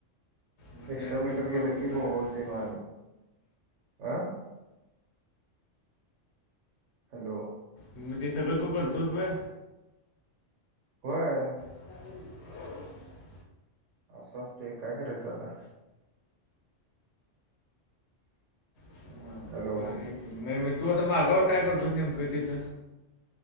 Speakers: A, on the left; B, on the right.
A: मग
B: एक्स्ट्रा
A: ते आणि सगळं
B: मीटर
A: प्रॉब्लेम
B: गेल की
A: करेल
B: बोबलतय
A: असं
B: मग आणि अं हॅलो
A: मग ते सगळ तु करतोस व्हय?
B: होय
A: अजून
B: अस आसतय काय करायच आता?
A: वा,
B: हॅलो
A: भारी आहे की. मग तू आता माघावर काय करतोस नेमक तिथ?